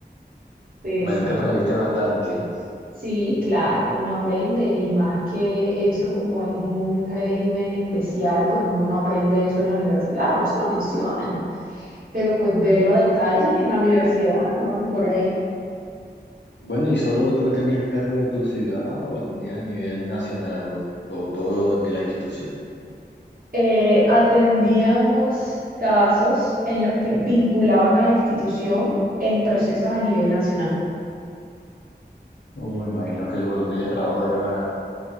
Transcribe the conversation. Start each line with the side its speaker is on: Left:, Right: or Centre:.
Right: Sí,
Left: bueno
Right: sí.
Left: que aprendiste bastante.
Right: Sí, claro, uno aprende y más que eso, como es un régimen especial, pues uno no aprende eso en la universidad, uno se lo mencionan. pero pues verlo a detalle en la universidad, no, ni por ahí.
Left: Bueno, ¿y solo tú atendías casos de tu ciudad o atendías a nivel nacional o to- todo de la institución?
Right: Eh, atendíamos casos en los que vinculaban a la institución en procesos a nivel nacional.
Left: Uh, me imagino que el volumen de trabajo era,